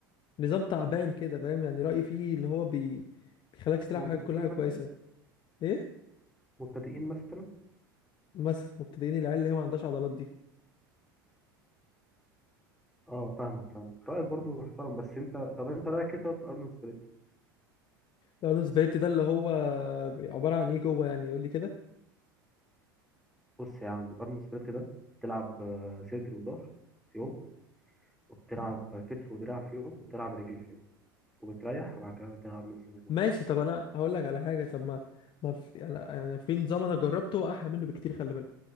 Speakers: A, on the left (about 40°); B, in the centre.
A: نظام تعبان كده فاهم يعني رايي فيه ان هو بي... بيخليك تلعب
B: مبتدئين
A: حاجه كل حاجه
B: مثلا
A: كويسه ايه
B: مبتدئين مثلا
A: مثلا مبتدئين العيال اللي هي ما عندهاش عضلات دي
B: اه فاهمك فاهمك رايك برضو محترم بس انت طب انت رايك كده في ارنولد سبليت
A: لو سبريت ده اللي هو عباره عن ايه جوه يعني يقول لي كده
B: بص يا عم ارنولد سبليت ده بتلعب آه، صدر وظهر في يوم وبتلعب كتف ودراع في يوم وبتلعب رجل في يوم وبتريح وبعد كده بتلعب نفس النظام
A: ماشي طب انا هقول لك على حاجه طب ما ما في انا يعني في نظام انا جربته احلى منه بكتير خلي بالك